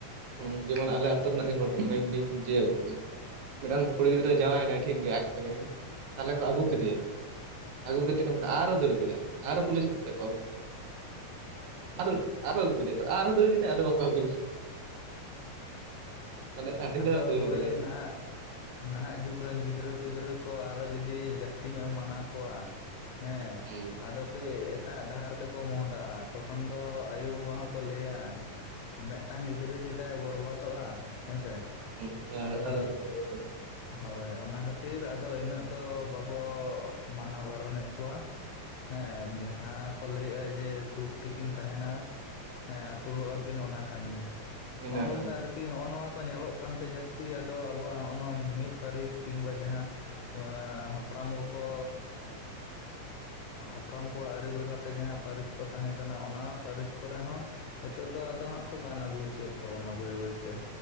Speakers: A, on the right; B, on the left.
A: ᱦᱩᱸ ᱡᱮᱢᱚᱱ ᱟᱞᱮ ᱟᱹᱛᱳ ᱨᱮᱱᱟᱜ ᱜᱮ ᱜᱷᱚᱴᱚᱱᱟ ᱟᱹᱧ ᱞᱤᱧ ᱡᱮᱭᱟᱵᱤᱱ ᱠᱟᱱᱟ ᱢᱮᱴᱟᱝ ᱠᱩᱲᱤ ᱜᱤᱫᱽᱨᱟᱹ ᱡᱟᱶᱟᱭᱱᱟᱭ ᱴᱷᱤᱠ ᱜᱮᱭᱟ ᱟᱡ ᱛᱮᱜᱮ ᱛᱟᱞᱦᱮ ᱠᱚ ᱟᱹᱜᱩ
B: ᱦᱮᱸ
A: ᱠᱮᱫᱮᱭᱟ ᱟᱹᱜᱩ <inaudible> ᱟᱨᱚ ᱫᱟᱹᱲ ᱠᱮᱫᱟᱭ ᱟᱨᱚ ᱯᱩᱞᱤᱥ ᱟᱛᱮᱫ ᱠᱚ ᱟᱹᱜᱩ <inaudible> ᱟᱨᱚ ᱟᱹᱜᱩ ᱠᱮᱫᱮᱭᱟ ᱛᱚ ᱟᱨ ᱦᱚᱸ ᱫᱟᱹᱲ ᱠᱮᱫᱟᱭ ᱟᱫᱚ ᱵᱟᱠᱚ ᱟᱹᱜᱩ ᱞᱮᱫᱮᱭᱟ ᱢᱟᱱᱮ ᱟᱹᱰᱤ
B: ᱟᱫᱚ
A: ᱫᱷᱟᱣ ᱫᱟᱹᱲ
B: ᱦᱳᱭ
A: ᱠᱟᱫᱟᱭ
B: ᱱᱟᱦᱟᱜ ᱱᱟᱦᱟᱜ ᱡᱩᱜᱽ ᱨᱮᱱ ᱜᱤᱫᱽᱨᱟᱹ ᱯᱤᱫᱽᱨᱟᱹ ᱠᱚ ᱟᱨᱚ ᱡᱩᱫᱤ ᱡᱟᱹᱥᱛᱤ ᱧᱚᱜ ᱮᱢ ᱢᱟᱱᱟ ᱠᱚᱣᱟ ᱦᱮᱸ
A: ᱦᱩᱸ
B: ᱟᱫᱚ ᱠᱮ ᱮᱴᱟᱜ ᱰᱟᱦᱟᱨ ᱛᱮᱠᱚ ᱢᱚᱦᱰᱟᱜ-ᱟ ᱛᱚᱠᱷᱚᱱ ᱫᱚ ᱟᱭᱳ-ᱵᱟᱵᱟ ᱦᱚᱸᱠᱚ ᱞᱟᱹᱭᱟ ᱢᱮᱫᱴᱟᱝ ᱜᱤᱫᱽᱨᱟᱹ ᱪᱮᱫᱟᱜ ᱮ ᱵᱚᱨᱵᱟᱛᱚᱜ-ᱟ ᱦᱮᱸ ᱥᱮ᱾
A: ᱦᱩᱸ ᱦᱮᱸ
B: ᱟᱫᱚᱻ
A: ᱢᱤᱫᱴᱟᱝ ᱜᱤᱫᱽᱨᱟᱹ ᱪᱤᱠᱟᱹ
B: ᱦᱳᱭ ᱚᱱᱟ ᱠᱷᱟᱹᱛᱤᱨ ᱟᱫᱚ ᱤᱱᱟᱹᱜ ᱫᱚ ᱵᱟᱠᱚ ᱢᱟᱱᱟ ᱵᱟᱨᱚ ᱱᱮᱜ ᱠᱚᱣᱟ᱾ ᱦᱮᱸ ᱡᱟᱦᱟᱸ ᱠᱚ ᱞᱟᱹᱭᱮᱜ-ᱟ ᱡᱮ ᱥᱩᱠ ᱛᱤᱠᱤᱱ ᱛᱟᱦᱮᱱᱟ᱾ ᱦᱮᱸ ᱟᱹᱥᱩᱞᱚᱜ-ᱟ ᱠᱤᱱ ᱚᱱᱟ ᱠᱷᱟᱱ ᱜᱮ ᱦᱚᱜ-ᱚ
A: ᱤᱱᱟᱹ
B: ᱱᱚᱝᱠᱟ
A: ᱠᱷᱟᱱ ᱜᱮ
B: ᱟᱨᱠᱤ ᱦᱚᱸᱜ-ᱚ ᱱᱚᱣᱟ ᱠᱚ ᱧᱮᱞᱚᱜ ᱠᱟᱱᱛᱮ ᱡᱟᱹᱥᱛᱤ ᱟᱫᱚ ᱟᱵᱚᱣᱟᱜ ᱦᱚᱜ-ᱚ ᱱᱚᱣᱟ ᱢᱤᱫ ᱯᱟᱹᱨᱤᱥ ᱠᱤᱝᱵᱟ ᱡᱟᱦᱟᱸ ᱦᱟᱯ ᱯᱲᱟᱢ ᱠᱚ ᱠᱚ ᱦᱟᱯᱲᱟᱢ ᱠᱚᱣᱟᱜ ᱟᱹᱨᱤ ᱞᱮᱠᱟᱛᱮ ᱡᱟᱦᱟᱸ ᱯᱟᱹᱨᱤᱥ ᱠᱚ ᱛᱟᱦᱮᱸ ᱠᱟᱱᱟ ᱚᱱᱟ ᱯᱟᱹᱨᱤᱥ ᱠᱚᱨᱮᱜ ᱦᱚᱸ ᱦᱤᱛᱚᱜ ᱫᱚ ᱟᱫᱚ ᱦᱟᱸᱜ ᱠᱚ ᱜᱟᱱ ᱟᱹᱜᱩ ᱦᱚᱪᱚᱭᱮᱫ ᱛᱟᱵᱚᱱᱟ ᱵᱟᱹᱭ ᱵᱟᱹᱭ ᱛᱮ᱾